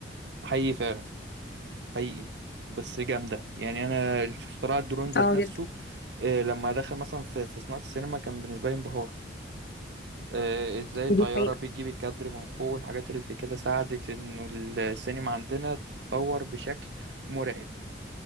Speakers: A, on the right; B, on the left.
A: حقيقي فعلا حقيقي بس جامدة يعني أنا اختراع الدرون ذات
B: اه
A: نفسه
B: جدا
A: آه، لما دخل مثلا في في صناعة السينما كان بالنسبة لي انبهار آه، ازاي طيارة
B: دي حقيقة
A: بتجيب الكادر من فوق والحاجات اللي زي كده ساعدت انه السينما عندنا تتطور بشكل مرعب